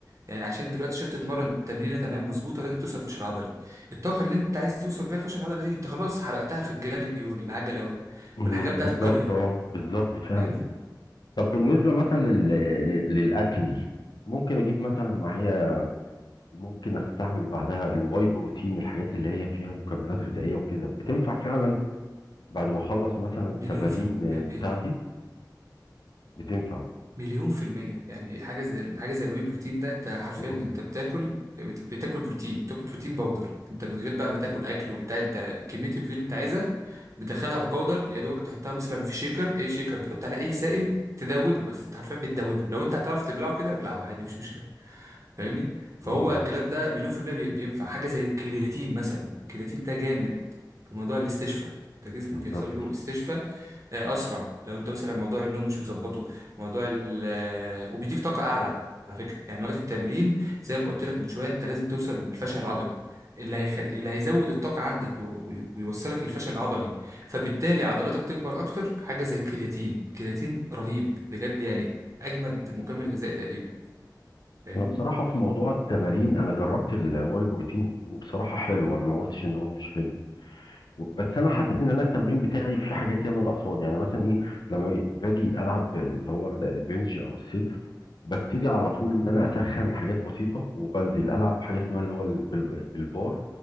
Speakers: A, on the right; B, on the left.
A: يعني عشان دلوقتي عشان تتمرن تمرينه تمام مظبوطه لازم توصل الفشل العضلي الطاقه اللي انت عايز توصل بيها الفشل العضلي دي انت خلاص حرقتها في الجري والعجله وال-
B: مم.
A: والحاجات بتاعت
B: بالظبط
A: الكارديو
B: اه بالظبط فعلا
A: فاهمني
B: طب بالنسبه مثلا لل... للاكل ممكن اجيب مثلا معايا ممكن استعمل بعدها الواي بروتين الحاجات اللي هي فيها مكملات غذائية وكده بتنفع فعلا بعد ما اخلص مثلا
A: مليون
B: تمارين
A: في المية
B: آه، بتاعتي بتنفع
A: مليون في المية يعني حاجة زي حاجة زي الواي بروتين ده انت حرفيا
B: مم.
A: انت بتاكل بت- بتاكل بروتين بتاكل بروتين باودر انت من غير بقى ما تاكل اكل وبتاع انت كمية البروتين اللي انت عايزها بتدخلها في باودر يا دوبك تحطها مثلا في شيكر اي شيكر تحط عليه اي سائل تدوبه بس انت حرفيا بتدوبه لو انت هتعرف تبلعه كده ابلعه عادي مش مشكلة فاهمني فهو
B: مم.
A: الكلام ده مليون في المية بي- بينفع حاجة زي الكرياتين مثلا الكرياتين ده جامد في موضوع الاستشفاء انت جسمك
B: بالظبط
A: يحصل له استشفاء آه، اسرع لو انت مثلا موضوع النوم مش مظبطه موضوع ال آه، وبيديك طاقه اعلى على فكره يعني وقت التمرين زي ما قلت لك من شويه انت لازم توصل للفشل العضلي اللي هيخل... اللي هيزود الطاقه عندك وي- وي- ويوصلك للفشل العضلي فبالتالي عضلاتك تكبر اكتر حاجه زي الكرياتين الكرياتين رهيب بجد يعني اجمد مكمل غذائي تقريبا فاهمني
B: انا بصراحة في موضوع التمارين انا جربت الواي بروتين وبصراحة حلو انا ما قلتش ان هو مش حلو بس انا
A: مم.
B: حاسس ان انا التمرين بتاعي في حاجات ياما ناقصاني يعني مثلا ايه لما باجي العب اللي هو ال- البنج او الصدر ببتدي على طول ان
A: مم.
B: انا اسخن حاجات بسيطه وبنزل العب حاجه اسمها اللي هو ال- بال- بالبار